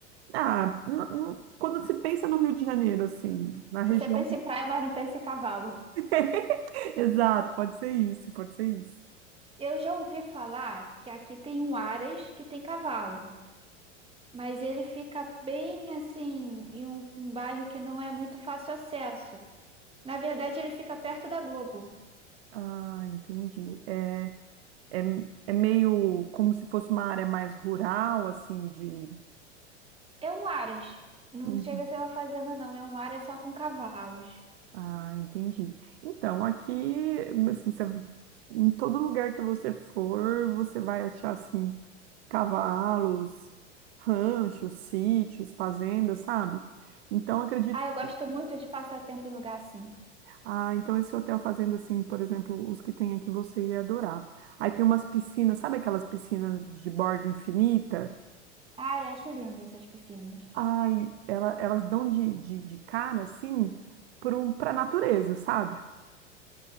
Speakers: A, on the right; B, on the right.
A: Ah, n- n- quando se pensa no Rio de Janeiro, assim, na região.
B: Você pensa em praia, mas não pensa em cavalo.
A: <laughs> Exato, pode ser isso, pode ser isso.
B: Eu já ouvi falar que aqui tem um Aras que tem cavalo, mas ele fica bem assim, em um, um bairro que não é muito fácil acesso. Na verdade, ele fica perto da Globo.
A: Ah, entendi. É, é, é meio como se fosse uma área mais rural, assim, de.
B: É um Aras. Não
A: Uhum.
B: chega a ser uma fazenda, não. É um Aras só com cavalos.
A: Ah, entendi. Então, aqui, assim, você- em todo lugar que você for, você vai achar, assim, cavalos, ranchos, sítios, fazendas, sabe? Então, acredito
B: Ah,
A: que...
B: eu gosto muito de passar tempo em lugar assim.
A: Ah, então esse hotel fazenda, assim, por exemplo, os que tem aqui, você ia adorar. Aí tem umas piscinas, sabe aquelas piscinas de borda infinita?
B: Ah, eu acho lindo essas piscinas.
A: Ai, ela, elas dão de, de, de cara, assim, para a natureza, sabe?